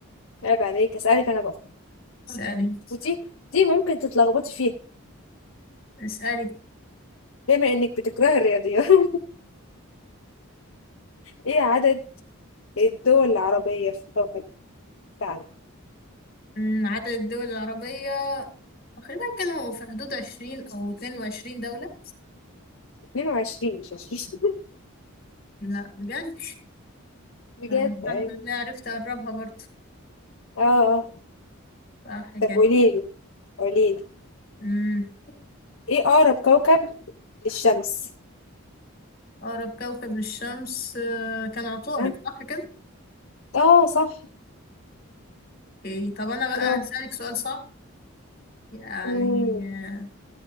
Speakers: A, on the left; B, on the left.
A: عيب عليك أسألك أنا بقى
B: اسألي
A: ودي دي ممكن تتلخبطي فيها
B: اسألي
A: بما إنك بتكرهي الرياضيات <laughs> إيه عدد الدول العربية في الكوكب بتاعنا؟
B: أمم، عدد الدول العربية تقريبا كانوا في حدود عشرين أو اتنين وعشرين دولة
A: 22 مش 20
B: لا بجد
A: <laughs> بجد
B: طب الحمد
A: أيوة
B: لله عرفت أقربها برضه
A: اه آه.
B: صح كده
A: طب قوليلي قوليلي
B: مم.
A: إيه أقرب كوكب للشمس؟
B: أقرب كوكب للشمس آه، كان عطارد
A: ها؟
B: صح كده؟
A: اه صح
B: إيه، طب أنا بقى
A: برافو
B: هسألك سؤال صعب يعني
A: مم،
B: آه،